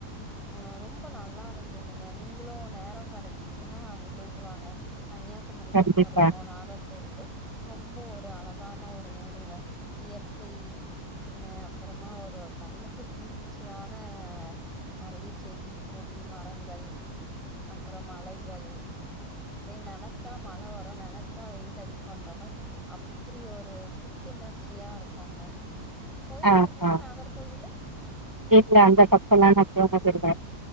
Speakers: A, in the centre; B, on the right.
A: து ரொம்ப நல்லா இருந்ததுங்க நீங்களு நேரோ கெடச்சிச்சுன்னா அங்க போயிட்டு வாங்க கன்னியாகுமரி
B: கண்டிப்பா
A: பக்கோ இருக்கு நாகர் கோயில் ரொம்ப ஒரு அழகான ஒரு ஊருங்க இயற்கை அ அப்பறமா ஒரு கண்ணுக்கு குளிர்ச்சியான நெறைய செடி கொடி மரங்கள் அப்பறம் மலைகள் நெனச்சா மழை வரும் நெனச்சா வெயில் அடிக்கும்ன்ற மாரி அப்படி ஒரு புத்துணர்ச்சியா இருக்கோங்க போயிருக்கீங்களா
B: ஆஹா
A: நாகர்கோயிலு
B: இல்ல அந்த பக்கோ லா நா போனதுல்ல